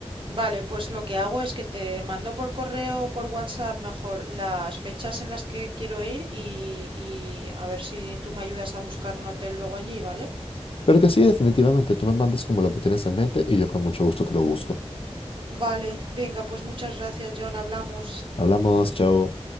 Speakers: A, on the right; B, on the left.
A: Vale, pues lo que hago es que te mando por correo o por WhatsApp mejor las fechas en las que quiero ir y, y a ver si tú me ayudas a buscar un hotel luego allí, ¿vale?
B: Pero que sí, definitivamente, tú me mandas como lo que tienes en mente y yo con mucho gusto te lo busco.
A: Vale, venga pues muchas gracias John, hablamos.
B: Hablamos, chao.